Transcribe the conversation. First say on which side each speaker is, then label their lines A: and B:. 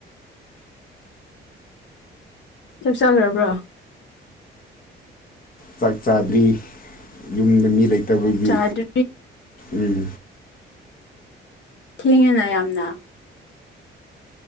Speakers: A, on the left; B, on the left.
A: ꯆꯥꯛ ꯆꯥꯈ꯭ꯔꯕ꯭ꯔꯣ
B: ꯆꯥꯛ ꯆꯥꯗ꯭ꯔꯤ ꯌꯨꯝꯗ ꯃꯤ ꯂꯩꯇꯕꯒꯤ
A: ꯆꯥꯗ꯭ꯔꯤ
B: ꯎꯝ
A: ꯊꯦꯡꯉꯦꯅ ꯌꯥꯝꯅ